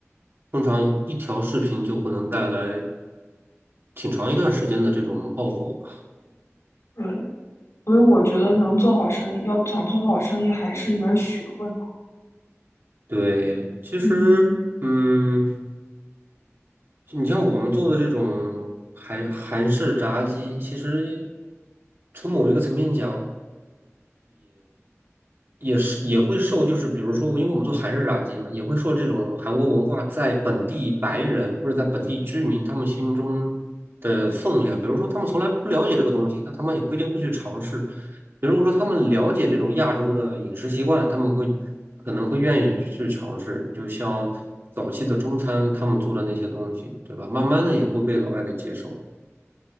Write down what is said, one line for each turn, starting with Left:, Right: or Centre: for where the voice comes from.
Right: 通常一条视频就会能带来挺长一段时间的这种爆火吧。
Left: 对，所以我觉得能做好生意，要想做好生意还是一门学问呢、
Right: 对，其实，
Left: 嗯，
Right: 嗯，你像我们做的这种韩韩式炸鸡，其实从某一个层面讲，也是也会受，就是比如说，因为我们做韩式炸鸡嘛，也会受这种韩国文化在本地白人或者在本地居民他们心中的分量。比如说，他们从来不了解这个东西，那他们也不一定会去尝试。比如说，他们了解这种亚洲的饮食习惯，他们会可能会愿意去尝试。就像早期的中餐，他们做的那些东西，对吧？慢慢的也会被老外给接受。